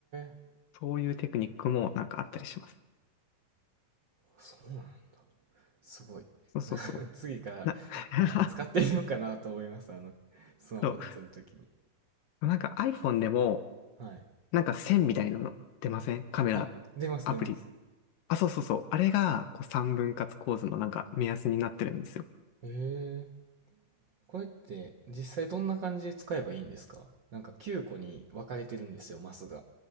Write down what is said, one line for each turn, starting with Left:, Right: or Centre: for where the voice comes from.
Right: え、
Left: そういうテクニックもなんかあったりします。
Right: そうなんだ。すごい。
Left: そうそうそ
Right: <laughs> 次から、
Left: う。な、<laughs>
Right: はい使ってみようかなと思います。あの、スマホで撮るときに。
Left: そう。なんか iPhone でも
Right: はい。
Left: なんか線みたいなの出ませんカメラ、
Right: あ、出ます出ます。
Left: アプリ。あ、そうそうそう。あれがこう三分割構図のなんか目安になってるんですよ。
Right: へえ。これって実際どんな感じで使えばいいんですかなんか9個に分かれてるんですよ、マスが。